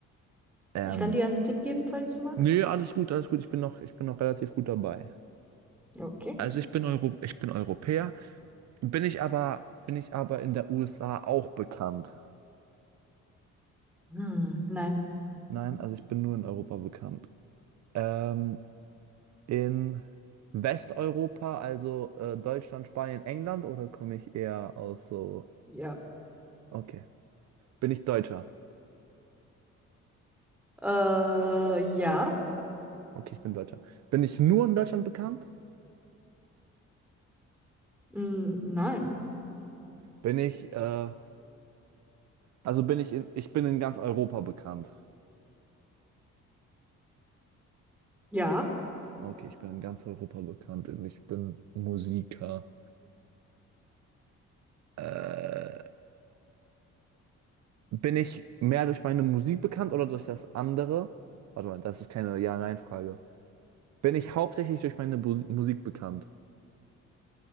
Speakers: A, on the right (about 70°); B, in the centre.
A: Ähm,
B: Ich kann dir einen Tipp geben, falls du magst.
A: nee, alles gut, alles gut. Ich bin noch, ich bin noch relativ gut dabei.
B: Okay.
A: Also ich bin Euro, ich bin Europäer. Bin ich aber, bin ich aber in der USA auch bekannt?
B: Hm, nein.
A: Nein, also ich bin nur in Europa bekannt. Ähm, in Westeuropa, also äh, Deutschland, Spanien, England, oder komme ich eher aus so...
B: Ja.
A: Okay. Bin ich Deutscher?
B: Äh, ja.
A: Okay, ich bin Deutscher. Bin ich nur in Deutschland bekannt?
B: Mm, nein.
A: Bin ich, äh, also bin ich in, ich bin in ganz Europa bekannt.
B: Ja.
A: Okay, ich bin in ganz Europa bekannt und ich bin Musiker. Äh, Bin ich mehr durch meine Musik bekannt oder durch das andere? Warte mal, das ist keine Ja-Nein-Frage. Bin ich hauptsächlich durch meine Bus Musik bekannt?